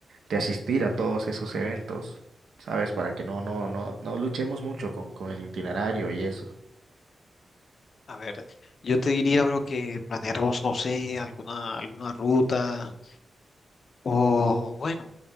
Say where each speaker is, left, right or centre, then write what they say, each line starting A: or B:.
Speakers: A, on the right; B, on the left.
A: de asistir a todos esos eventos? ¿Sabes? Para que no, no, no, no luchemos mucho con, con el itinerario y eso.
B: A ver, yo te diría, bro, que planeáramos, no sé, alguna, alguna ruta o, bueno,